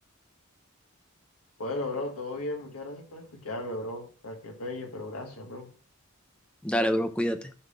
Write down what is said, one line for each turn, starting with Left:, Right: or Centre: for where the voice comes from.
Left: bueno, bro, todo bien, muchas gracias por escucharme, bro. O que qué pelle, pero gracias, bro.
Centre: Dale, bro, cuídate.